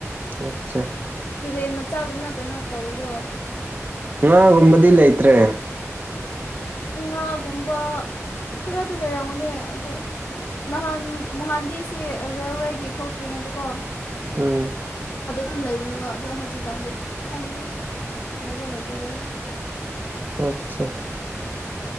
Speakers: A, on the right; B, on the left.
A: ꯑꯆꯥ
B: ꯇꯨꯔꯦꯟ ꯃꯆꯥꯒꯨꯝꯅ ꯀꯩꯅꯣ ꯇꯧꯕꯗꯣ
A: ꯉꯥꯒꯨꯝꯕꯗꯤ ꯂꯩꯇ꯭ꯔꯦ
B: ꯉꯥꯒꯨꯝꯕ ꯈꯔꯗꯤ ꯂꯩꯔꯝꯃꯨꯅꯦ ꯑꯗꯣ ꯅꯍꯥꯟ ꯅꯍꯥꯟꯗꯤꯁꯤ ꯔꯦꯜꯋꯦꯒꯤ ꯊꯣꯛꯇ꯭ꯔꯤꯉꯩꯗ ꯀꯣ
A: ꯎꯝ
B: ꯑꯗꯨꯝ ꯂꯩꯕꯅꯦꯕ ꯑꯗꯣ ꯍꯧꯖꯤꯛꯀꯥꯟꯗꯤ ꯈꯪꯗ꯭ꯔꯦ ꯂꯩꯕ꯭ꯔꯥ ꯂꯩꯇꯕ꯭ꯔꯥ ꯑꯗꯨ
A: ꯑꯆꯥ